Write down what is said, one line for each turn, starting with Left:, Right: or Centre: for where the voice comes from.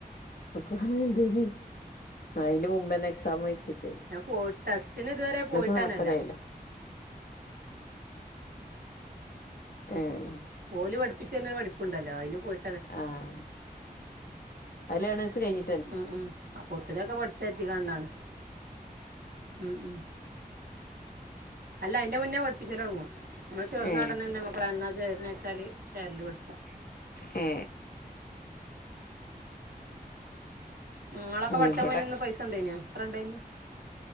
Left: ഒക്കെ <unintelligible> ഇണ്ടായിനെ അയിന് മുമ്പന്നെ എക്സാം വെച്ചിട്ടേ
Right: പോയി ടെസ്റ്റിന് ഇതുവരെ
Left: ഏണേഴ്സ്
Right: പോയിട്ടാനല്ല
Left: നേരത്തെ കയ്യില്ലേ ഏഹ്
Right: ഓല് പഠിപ്പിച്ചെര്ന്ന പഠിപ്പ്ണ്ടല്ലോ അയിന് പോയി
Left: ആഹ് അത് ലേണേഴ്സ് കഴിഞ്ഞ്.
Right: ഉം ഉം അപ്പൊ ഒത്തിരിയൊക്കെ പഠിച്ചിരുത്തി കൊണ്ടാണ് ഉം ഉം. അല്ലാ അയ്ന്റെ മുന്നേ പഠിപ്പിച്ചൽ തുടങ്ങും നമ്മള് ചേർന്നുട
Left: ഏ
Right: തന്നെ. അപ്പള എന്നാ ചേരുന്ന വച്ചാല് ചേരല് പടിച്ചാ
Left: ഏ
Right: മോളൊക്കെ പഠിച്ചാൻ
Left: ഇവിടെ
Right: പോയിന്ന അന്ന് പൈസ ഇൻണ്ടയ്ന്ന എത്ര ഇൻണ്ടയ്ന്